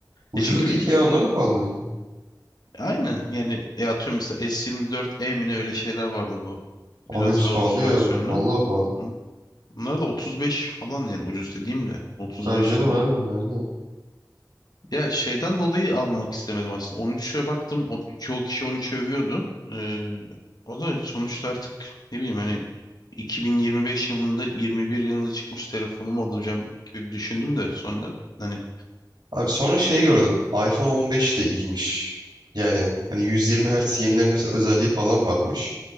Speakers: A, on the right (about 80°); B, on the left (about 65°).
A: Ucuzu
B: E çünkü
A: değil ki ya onlar da pahalı bence.
B: aynen yani e atıyorum mesela S24e mi ne öyle şeyler vardı bu. Biraz
A: Abi hepsi
B: daha
A: pahalı
B: ucuz
A: ya.
B: versiyonlu.
A: Vallahi pahalı.
B: Bun- Bunlar da 35 falan yani ucuz dediğim de 35
A: Tabii canım
B: bin
A: abi
B: lira.
A: aynen.
B: Ya şeyden dolayı almak istemedim aslında. 13'e baktım. O- Çoğu kişi 13'ü övüyordu. Ee, o da sonuçta artık ne bileyim hani 2025 yılında 21 yılında çıkmış telefonumu alacağım gibi bir düşündüm de sonra hani
A: Abi sonra şey gördüm. iPhone 15 de iyiymiş. Yani hani 120 Hz yenilenmesi özelliği falan varmış